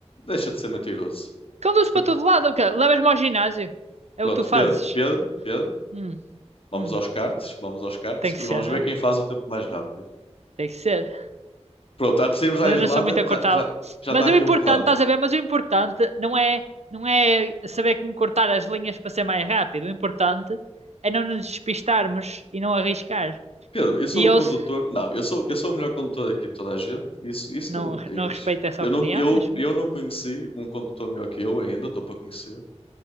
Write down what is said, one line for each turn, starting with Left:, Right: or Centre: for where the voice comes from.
Left: Deixa de ser mentiroso.
Right: Conduzo
Left: Eu-
Right: para todo lado, o quê? Levas-me ao ginásio. É
Left: Pronto,
Right: o que tu fazes.
Left: Pedro, Pedro, Pedro.
Right: Hum,
Left: Vamos
Right: hum.
Left: aos cartes, vamos aos cartes
Right: Tem que
Left: e
Right: ser,
Left: vamos
Right: não
Left: ver
Right: é?
Left: quem faz o tempo mais rápido.
Right: Tem que ser.
Left: Pronto, antes de irmos à
Right: Mas
Left: Islândia,
Right: eu não sou muito a
Left: já,
Right: cortar.
Left: já, já
Right: Mas
Left: está aqui
Right: o importante,
Left: um plano.
Right: estás a ver? Mas o importante não é, não é saber como cortar as linhas para ser mais rápido. O importante é não nos despistarmos e não arriscar.
Left: Pedro, eu sou
Right: E eu
Left: o condutor.
Right: se-
Left: Não, eu sou, eu sou o melhor condutor aqui de toda a gente. Isso, isso
Right: não,
Left: tu não me tiras.
Right: não respeito essa
Left: Eu
Right: opinião,
Left: não, eu,
Right: mas.
Left: eu não conheci um condutor melhor que eu ainda, estou para conhecer.